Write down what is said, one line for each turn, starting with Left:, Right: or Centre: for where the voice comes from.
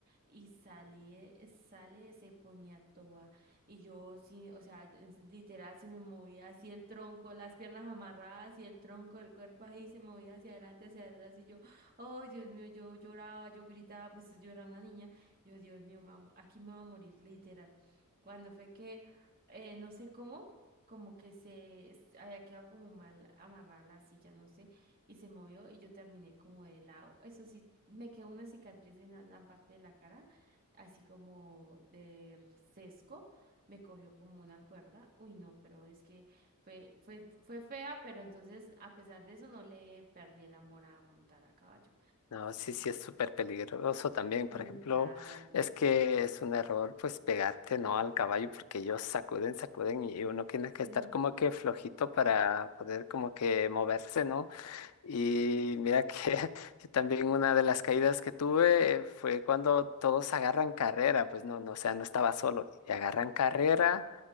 Right: y salí, eh, sale, se ponía toda. Y yo sí, o sea, en- literal se me movía así el tronco, las piernas amarradas y el tronco del cuerpo ahí se movía hacia adelante, hacia atrás. Y yo, oh Dios mío, yo lloraba, yo gritaba, pues yo era una niña. Yo, Dios mío, me va a mo- aquí me va a morir, literal. Cuando fue que, eh, no sé cómo, como que se es- había quedado como mal amarrada la silla, no sé y se movió y yo terminé como de lado. Eso sí, me quedó una cicatriz en la, la parte de la cara, así como de sesgo. Me cogió como una cuerda. Uy, no, pero es que fue, fue, fue fea, pero entonces a pesar de eso no le perdí el amor a montar a caballo.
Left: No, sí, sí, es súper peligroso también.
Right: Sí,
Left: Por ejemplo,
Right: claro.
Left: es que es un error, pues, pegarte, ¿no? Al caballo, porque ellos sacuden, sacuden y uno tiene que
Right: Sí.
Left: estar como que flojito para poder como que moverse, ¿no? Y mira que <laughs> también una de las caídas que tuve fue cuando todos agarran carrera, pues no, no, o sea, no estaba solo, y agarran carrera